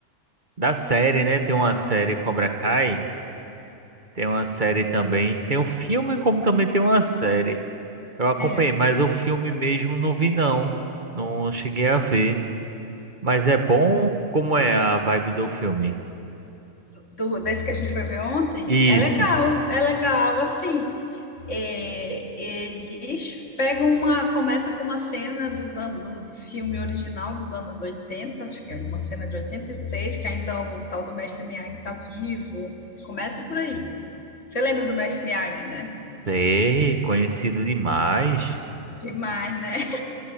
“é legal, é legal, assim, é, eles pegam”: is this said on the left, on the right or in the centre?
Left